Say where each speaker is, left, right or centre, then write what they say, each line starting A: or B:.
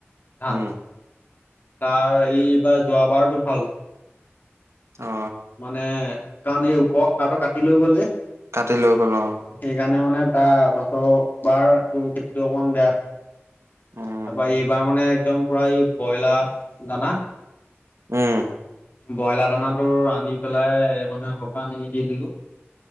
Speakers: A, on the left; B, on the right.
A: ধানটো।
B: উম।
A: তাৰ এইবাৰ যোৱাবাৰতটো ভাল হৈছে।
B: অ
A: মানে কাৰণ এই ওপৰৰ সাৰটো কাটি লৈ গ'ল যে
B: কাটি লৈ গল অ'
A: সেইকাৰণে মানে তাৰ পাছ বাৰ তোৰ খেতিটো অকমান বেয়া হয়। তাৰপৰা
B: উম
A: এইবাৰ মানে একদম পুৰা এই ব্ৰইলাৰ দানা
B: উম
A: ব্ৰইলাৰ দানাটো আনি পেলাই মানুহে পানী দি দিলো